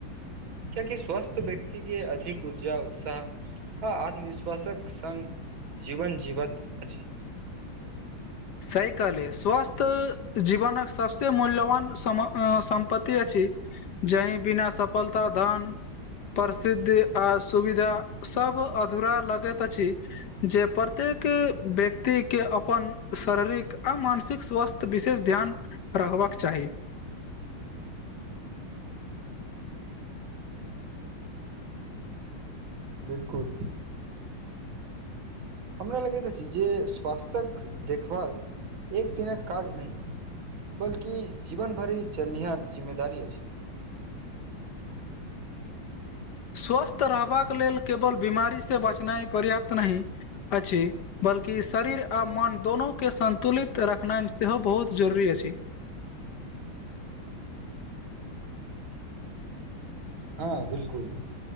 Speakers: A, on the right; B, on the left.
A: कियाकि स्वस्थ व्यक्तिके अधिक ऊर्जा उत्साह। आ आत्मविश्वासक सङ्ग, जीवन जीवत अछि।
B: सही क़हलिये स्वस्थ जीवनक सभसे मूल्यवान सम। अ सम्पतति अछि जाई बिना सफलता धन। प्रसिद्ध आ सुविधा सभ अधूरा लगैत अछि। जे प्रत्येक व्यक्तिके अपन। शरीरिक आ मानसिक स्वास्थ्य विशेष ध्यान रखबाक चाही।
A: बिल्कूल। हमरा लगैत अछि। जे स्वास्थ्क देखभाल एक दिनक काज नै बल्कि जीवन भरि चलनिहाँ जिम्मेदारी अछि।
B: स्वस्थ रहबाक लेल केवल बीमार से बचनाइ पर्याप्त नहि अछि। बल्कि शरीर आ मन दोनूके संन्तुलित रखनाइ सेहो बहुत जरूरी अछि।
A: हँ, बिल्कूल।